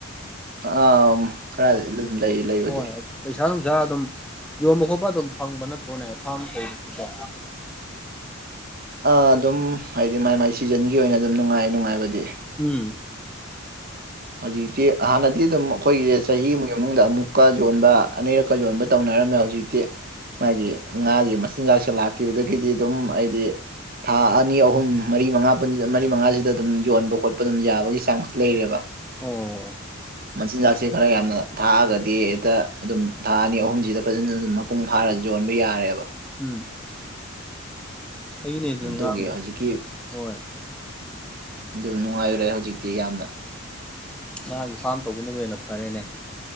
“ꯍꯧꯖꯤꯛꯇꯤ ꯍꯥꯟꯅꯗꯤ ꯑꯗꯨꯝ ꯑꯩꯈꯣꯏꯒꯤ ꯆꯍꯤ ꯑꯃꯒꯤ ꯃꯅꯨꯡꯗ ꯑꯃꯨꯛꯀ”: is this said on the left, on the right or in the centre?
Right